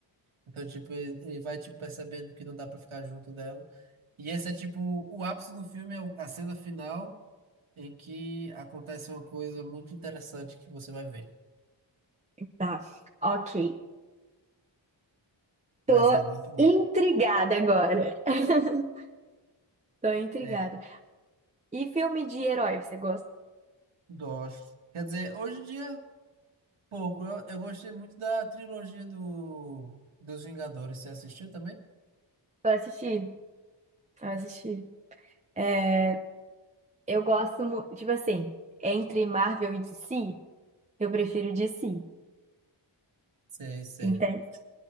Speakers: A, on the right (about 85°); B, on the right (about 15°).
A: Então, tipo, ele ele vai, tipo, percebendo que não dá pra ficar junto dela. E esse é, tipo, o ápice do filme, é o- a cena final em que acontece uma coisa muito interessante que você vai ver.
B: Tá. Ok.
A: Mas
B: Tô
A: é muito bom.
B: intrigada agora. <laughs> Tô intrigada.
A: É,
B: E filme de herói, você gosta?
A: gosto. Quer dizer, hoje em dia, pouco. Eu, eu gostei muito da trilogia do, dos Vingadores. Você assistiu também?
B: Eu assisti. Eu assisti. É, eu gosto, mu- tipo assim, entre Marvel e DC, eu prefiro DC,
A: Sei, sei.
B: entende?